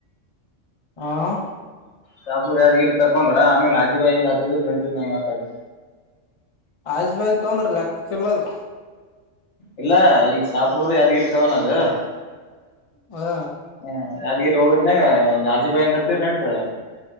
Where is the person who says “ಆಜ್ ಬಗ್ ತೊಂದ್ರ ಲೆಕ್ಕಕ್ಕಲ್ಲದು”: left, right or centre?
Left